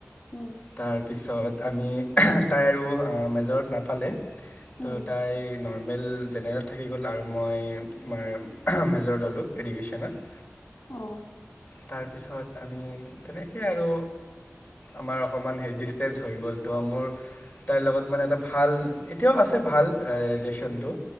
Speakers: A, on the left; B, on the left.
A: উম
B: তাৰ পিছত। আমি তাই আৰু মেজৰত নাপালে। ত'
A: উম
B: তাই নৰ্মেল। জেনেৰেলত থাকি গ'ল আৰু মই তোমাৰ মেজৰ ল'লোঁ এডুকেশ্যনত।
A: অহ।
B: তাৰ পিছত আমি তেনেকে আৰু। আমাৰ অকণমান হেৰি ডিচষ্টেঞ্চ হৈ গ'ল তো মোৰ। তাইৰ লগত মানে এটা ভাল এতিয়াও আছে ভাল ৰিলেশ্যনটো।